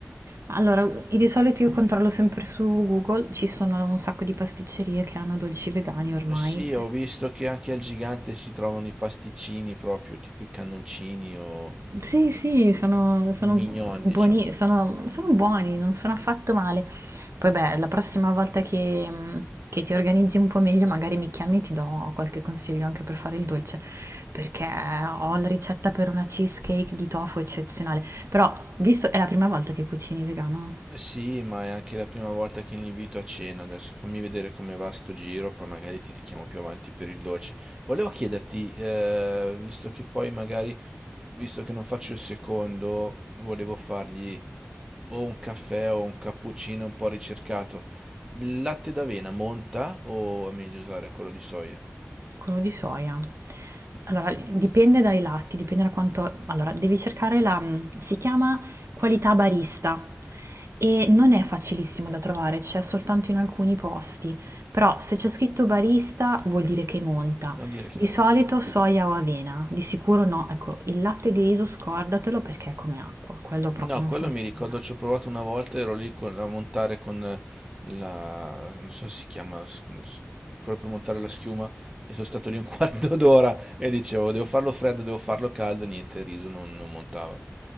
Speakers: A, on the right (about 85°); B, on the right (about 20°).
A: Allora, i- di solito io controllo sempre su Google, ci sono un sacco di pasticcerie che hanno dolci vegani ormai.
B: Sì, ho visto che anche al gigante si trovano i pasticcini proprio, tipo i cannoncini o
A: Sì, sì, sono, sono
B: i mignon,
A: buoni,
B: diciamo.
A: sono, sono buoni, non sono affatto male. Poi beh, la prossima volta che, mh, che ti organizzi un po' meglio, magari mi chiami e ti do qualche consiglio anche per fare il dolce, perché ho la ricetta per una cheesecake di tofu eccezionale. Però, visto è la prima volta che cucini vegano?
B: Sì, ma è anche la prima volta che li invito a cena. Adesso fammi vedere come va sto giro, poi magari ti richiamo più avanti per il dolce. Volevo chiederti, eh, visto che poi magari, visto che non faccio il secondo, volevo fargli o un caffè o un cappuccino un po' ricercato. Il latte d'avena monta o è meglio usare quello di soia?
A: Quello di soia. Allora, dipende dai latti, dipende da quanto... Allora, devi cercare la... mm, si chiama qualità barista e non è facilissimo da trovare, c'è soltanto in alcuni posti, però se c'è scritto barista vuol dire che monta.
B: Non dire che
A: Di
B: monta.
A: solito soia o avena, di sicuro no. Ecco, il latte di riso scordatelo perché è come acqua, quello proprio
B: No,
A: non
B: quello
A: funziona.
B: mi ricordo, ci ho provato una volta, ero lì con- a montare con eh, la... non so se si chiama, s- s- quello per montare la schiuma, e sono stato lì un <laughs> quarto d'ora e dicevo, devo farlo freddo, devo farlo caldo, niente, il riso non, non montava.